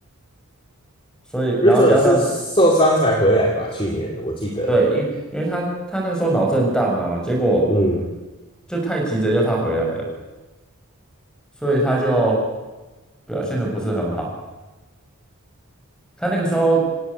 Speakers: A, in the centre; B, on the left.
A: 所以然后加上
B: Rizzo 也是受伤才回来吧？去年我记得，
A: 对，因因为他他那个时候脑震荡啊，结果
B: 嗯，
A: 就太急着要他回来了，所以他就表现的不是很好。他那个时候